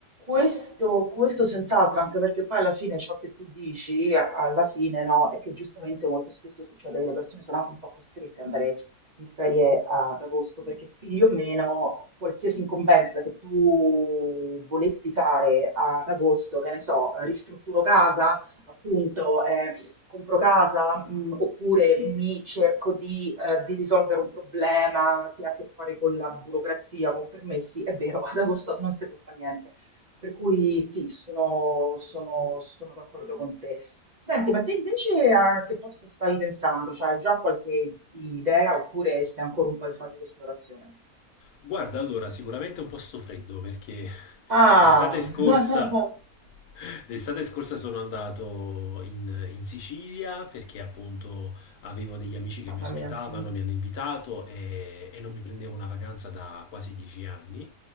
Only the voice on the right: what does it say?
Questo, questo senz'altro, anche perché poi alla fine ciò che tu dici, a- alla fine, no, è che giustamente molto spesso succede che le persone sono anche un po' costrette ad andare in ferie ad agosto, perché figli o meno, qualsiasi incombenza che tu volessi fare ad agosto, che ne so, ristrutturo casa, appunto, eh, compro casa, mh, oppure mi cerco di, eh, di risolvere un problema che ha a che fare con la burocrazia, con permessi, è vero, <laughs> ad agosto non si può fare niente. Per cui sì, sono, sono- sono d'accordo con te. Senti, ma te invece a che posto stai pensando? Cioè, hai già qualche idea oppure stai ancora un po' in fase di esplorazione?
Ah,
<laughs>
mamma
mia. Mm.